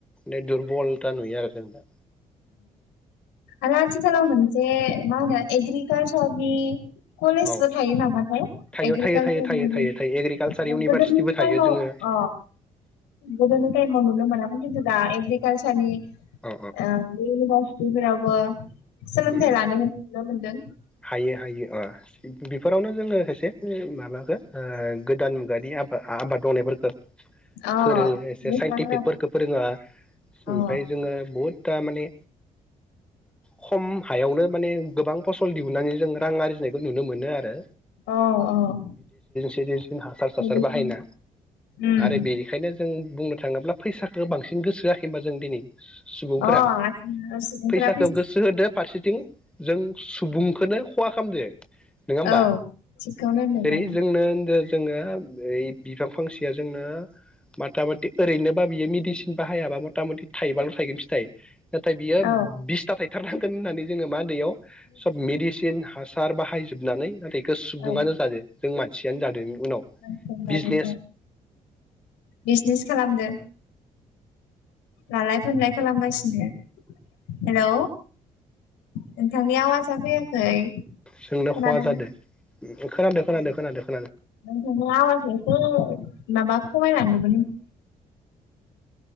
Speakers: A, in the centre; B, on the left (about 80°).
A: नो दुरबला था नुयो आरो जों दा
B: आरो आथिखालाव मोनसे मा होनो एग्रिकालचार नि कलेजबो
A: औ
B: थायो नामाथाय
A: थायो
B: एग्रिकालसारनि
A: थायो थायो थायो थायो थायो एग्रिकालसार
B: <inaudible>
A: इउनिभारसिटिबो
B: गोदोनि
A: थायो
B: टाइमाव
A: जोङो
B: ओ गोदोनि टाइमाव नुनो मोनामोन खिन्थु दा ए <unintelligible>
A: अ
B: ओ बे‌ इउनिभार्सि बैफोरावबो सोलोंथाइ
A: अ
B: लानो नुनो मोनदों
A: हायो हायो आ बेफोरावनो जोंङो एसे माबा ओ गोदान मुगानि आबा-आबाद मावनायफोरखो
B: अ
A: फोरोंङो एसे
B: लेखाफोरा
A: साइन्टिफिकफोरखौ फोरोंङो ओमफ्राय
B: अ
A: जोंङो बहुद थारमाने खम हायावनो माने गोबां फस फल दिहुननानै जों रां आर्जिनायखौ नुनो मोनो आरो
B: औ औ
A: <unintelligible> हासार हासार
B: मेडिसिन
A: बाहायना
B: उम
A: आरो बेनिखायनो जों बुंनो थांङोब्ला फैसाखौ बांसिन गोसो होयाखै होनबा जों दिनै सुबुंफोरा
B: अ आथिखालाव सुबुंफोरा
A: फैसाखौ गोसो होदो फारसेथिं जों बुंखोनो खहा खालामदो नोंङा होमबा
B: औ थिगखौनो होनदों
A: जेरै जोंनो होन्दो जोंङो ओइ बिफां फांसेया जोंनो बाथा बाथि ओरैनोबा बियो मेडिसिन बाहायाबा मथा मथि थाइबाल' थायगोन‌ फिथाय नाथाय बियो
B: ओं औ
A: बिसता थायो। थार थांगोन होननानै जोंङो मा दैयाव सब मेडिसिन हासार बाहायजोबनानै नाथाय एखौ सुबुंङानो
B: औ
A: जादों जों मानसियानो जादों उनाव
B: मानसिफोर दानो
A: बिजनेस
B: औ बिजनेस खालामदो लालाय फोनलाय खालामगासिनो हेलौ नोंथांनि आवासा फैयाखै
A: सोंनो
B: खोनादोंना?
A: खहा जादों खोनादों खोनादों खोनादों।
B: नोंथांनि आवसा एसे माबा खमायलांदों <unintelligible> हेलौ